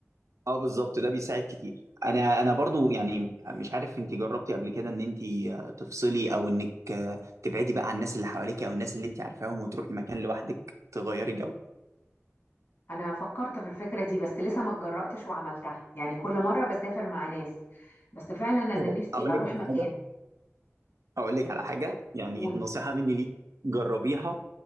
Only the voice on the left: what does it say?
أنا فكرت في الفكرة دي بس لسه ما اتجرأتش وعملتها يعني كل مرة بسافر مع ناس بس فعلا أنا
نفسي
أروح
مكان
قول